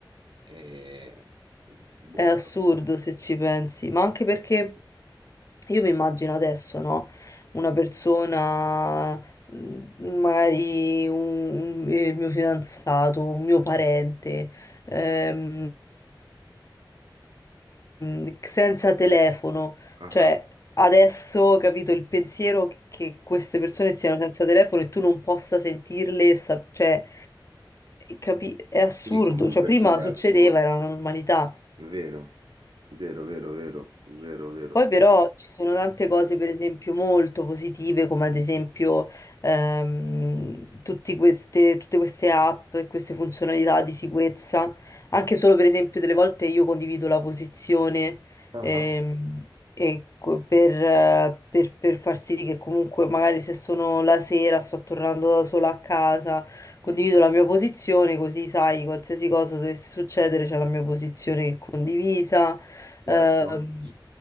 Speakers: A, on the right; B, on the left.
A: ehm, boh
B: è assurdo se ci pensi, ma anche perché io mi immagino adesso, no? Una persona, mm, magari un- un- il mio fidanzato, un mio parente ehm, mh, senza telefono.
A: ah-ah.
B: Cioè, adesso capito il pensiero che che queste persone siano senza telefono e tu non possa sentirle, sa- cioè, capi- è assurdo.
A: Quindi comunque
B: Cioè, prima
A: sì, è
B: succedeva,
A: assurdo.
B: era una normalità.
A: Vero. Vero, vero, vero, vero, vero.
B: Poi però ci sono tante cose, per esempio, molto positive, come ad esempio ehm, tutti queste- tutte queste app e queste funzionalità di sicurezza. Anche solo, per esempio, delle volte io condivido la posizione
A: Ah-ah.
B: ehm, e co- per, eh, per- per far sì che comunque magari se sono la sera, sto tornando da sola a casa, condivido
A: Mh.
B: la mia posizione, così sai, qualsiasi cosa dovesse succedere, c'è la mia posizione che è condivisa.
A: Certo,
B: Ehm,